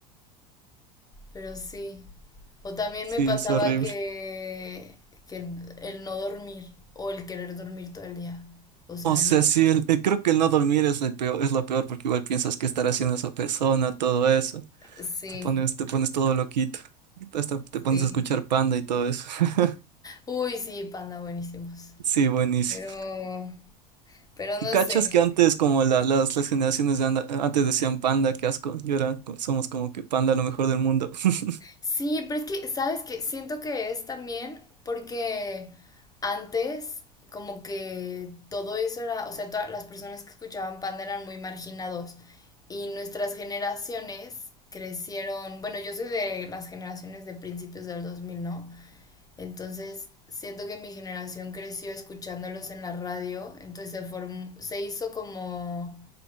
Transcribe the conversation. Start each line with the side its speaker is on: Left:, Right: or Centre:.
Left: pero sí. O también
Right: Sí,
Left: me pasaba
Right: es horrible.
Left: que, que el no dormir o el querer dormir todo el día. O sea,
Right: O sea,
Left: n-
Right: sí, el- el- creo que el no dormir es el peor, es lo peor porque igual piensas qué estará haciendo esa persona, todo eso.
Left: sí,
Right: Te pones, te pones todo loquito. Hasta te
Left: sí.
Right: pones a escuchar Panda y todo eso. <laughs>
Left: Uy, sí, panda, buenísimos.
Right: Sí, buenísimo.
Left: Pero, pero no
Right: ¿Cachas
Left: sé.
Right: que antes, como la- las, las generaciones de anda- antes decían panda, qué asco, y ahora co- somos como que panda lo mejor del mundo? <laughs>
Left: Sí, pero es que, ¿sabes qué? Siento que es también porque antes como que todo eso era, o sea, todas las personas que escuchaban Panda eran muy marginados y nuestras generaciones crecieron, bueno, yo soy de las generaciones de principios del 2000, ¿no? Entonces, siento que mi generación creció escuchándolos en la radio, entonces se form- se hizo como